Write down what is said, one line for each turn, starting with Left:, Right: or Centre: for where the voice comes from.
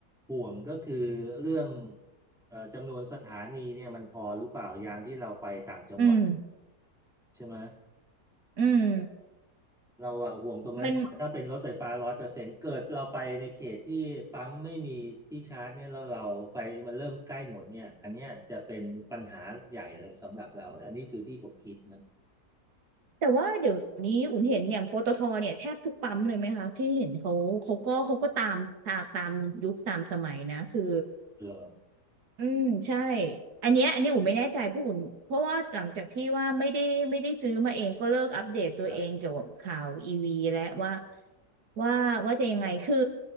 Centre: ห่วงก็คือเรื่องเอ่อจำนวนสถานีเนี่ยมันพอหรือเปล่ายามที่เราไปต่างจังหวัด
Right: อืม
Centre: ใช่ไหม
Right: อืม
Centre: เราอะห่วงตรงนั้นเพราะว่าถ้าเป็นรถไฟฟ้าร้อยเปอร์เซ็นต์เกิดเราไปในเขตที่ปั๊มไม่มีที่ชาร์จเนี่ยแล้วเราไฟมันเริ่มใกล้หมดเนี่ยอันเนี้ยจะเป็นปัญหาใหญ่เลยสำหรับเราและอันนี้คือที่ผมคิดนะ
Right: มัน แต่ว่าเดี๋ยวนี้อุ่นเห็นอย่างปตทเนี่ยแทบทุกปั๊มเลยไหมคะที่เห็นเขาเขาก็เขาก็ตามตามตามยุคตามสมัยนะคือ
Centre: เออ
Right: อืมใช่อันเนี้ยอันนี้อุ่นไม่แน่ใจเพราะอุ่นเพราะว่าหลังจากที่ว่าไม่ได้ไม่ได้ซื้อมาเองก็เลิกอัปเดตตัวเองเกี่ยวกับข่าวอีวีและว่า
Centre: ครับ
Right: ว่าว่าจะยังไงคือ